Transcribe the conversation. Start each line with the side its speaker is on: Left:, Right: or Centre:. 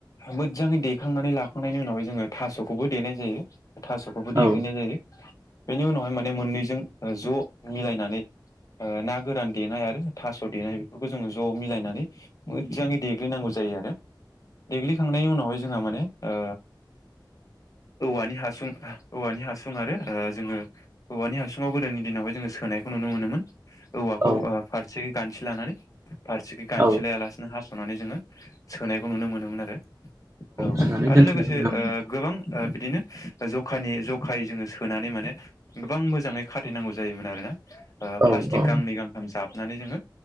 Left: मोजाङै देखांनानै लाखांनायनि उनावाय जोङो थास'खौबो देनाय जायो थास' बो देग्लिनाय
Right: औ
Left: जायो बेनि उनावहाय माने मोननैजों ज' मिलायनानै ओ ना गोरान देनाय आरो थास' देनाय बेफोरखौ जोङो ज' मिलायनानै मोजाङै देग्लिनांगौ जायो आरो देग्लिखांनायनि उनावहाय जोंहा माने ओ औवानि हासुं औवानि हासुं आरो जोङो औवानि हासुङाव गोदोनि दिनावहाय जोङो सोनायखौ नुनो मोनोमोन औवाखौ
Right: औ
Left: ओ फारसे गान्थि लानानै फारसे गान्थि
Right: औ
Left: लाया लासिनो हास'नानै संनानै जोङो सोनायखौ नुनो मोनोमोन आरो औ
Right: सोनानै
Left: आरो
Right: दोनथ'नायखौ
Left: लोगोसे
Right: नुनो मोनो
Left: गोबां बिदिनो जखानि जखायै जोङो सोनानै माने गोबां मोजाङै खाथनांगौ जायोमोन आरोना
Right: औ
Left: प्लास्टिक
Right: औ
Left: गांनै गांथाम जाबनानै जोङो